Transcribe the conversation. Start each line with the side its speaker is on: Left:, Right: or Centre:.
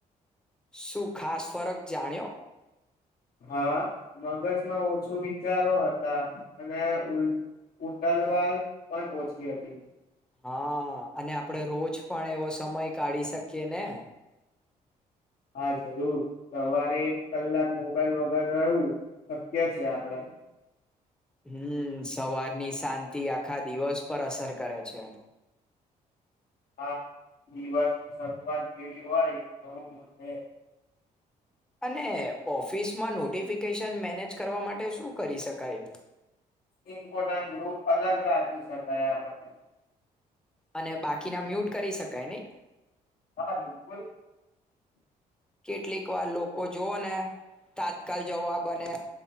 Centre: શું ખાસ ફરક જાણ્યો?
Left: હા મગજમાં ઓછો વિચારો હતા અને ઉટ ઉટલવાર પણ ઓછી હતી.
Centre: હા અને આપડે રોજ પણ એવો સમય કાઢી શક્યા ને
Left: હા જરૂર સવારે એક કલાક મોબાઈલ વગર રહેવું શક્ય છે આપડે
Centre: હમ સવારની શાંતિ આખા દિવસ પર અસર કરે છે
Left: આ દિવસની શરૂઆત કેવી હોય એવું મૂડ રે
Centre: અને ઓફિસમાં નોટિફિકેશન મેનેજ કરવા માટે શું કરી શકાય
Left: ઈ <unintelligible> ગ્રુપ અલગ રાખ ખુશં થયા આપણે
Centre: અને બાકીના મ્યુટ કરી શકાય ને
Left: હા બિલકુલ
Centre: કેટલીક વાર લોકો લોકો જોઓ ને તાત્કાલ જવાબ અને